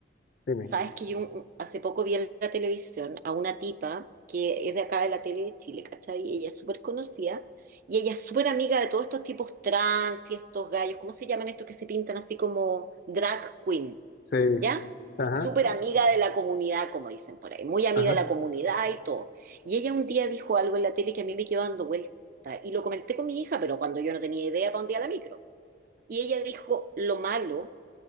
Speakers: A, on the left; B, on the right.
A: dime.
B: Sabes que yo un- hace poco vi en la televisión a una tipa que es de acá de la tele de Chile, ¿cachai? Y ella es súper conocida y ella es súper amiga de todos estos tipos trans y estos gallos, ¿cómo se llaman estos que se pintan así como drag queen?
A: Sí,
B: ¿Ya?
A: ajá,
B: Súper amiga de la comunidad, como dicen por ahí, muy amiga
A: ajá,
B: de la comunidad y todo. Y ella un día dijo algo en la tele que a mí me quedó dando vuelta y lo comenté con mi hija, pero cuando yo no tenía idea para un día la micro. Y ella dijo, lo malo